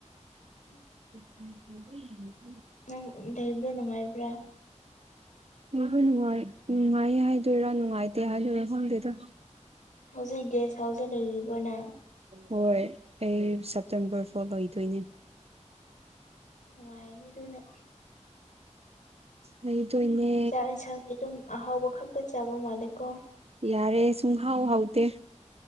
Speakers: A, on the left (about 85°); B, on the right (about 55°).
A: ꯎꯝ
B: ꯑꯟꯑꯣꯗꯤꯕꯜ
A: ꯅꯪ ꯂꯩꯕ꯭ꯔꯣ ꯅꯨꯡꯉꯥꯏꯕ꯭ꯔꯥ
B: ꯅꯡꯕꯨ ꯅꯨꯡꯉꯥꯏ ꯅꯨꯡꯉꯥꯏꯌꯦ ꯍꯥꯏꯗꯣꯏꯔꯥ ꯅꯨꯡꯉꯥꯏꯇꯦ ꯍꯥꯏꯗꯣꯏꯔꯥ ꯈꯪꯗꯦꯗ
A: ꯍꯧꯖꯤꯛ ꯒꯦꯁ ꯍꯥꯎꯁꯇ ꯂꯩꯔꯤꯕ꯭ꯔꯣ ꯅꯪ
B: ꯍꯣꯏ ꯑꯩ ꯁꯦꯞꯇꯦꯝꯕꯔ ꯐꯣꯔ ꯂꯣꯏꯗꯣꯏꯅꯦ
A: ꯅꯨꯡꯉꯥꯏꯔꯅꯤ ꯑꯗꯨꯅ
B: ꯂꯩ ꯆꯣꯏꯅꯦ
A: ꯆꯥꯛ ꯌꯦꯟꯁꯥꯡꯗꯤ ꯑꯗꯨꯝ ꯑꯍꯥꯎꯕ ꯈꯛꯇ ꯆꯥꯕ ꯃꯥꯜꯂꯦꯀꯣ
B: ꯌꯥꯔꯦ ꯁꯨꯍꯥꯎ ꯍꯥꯎꯇ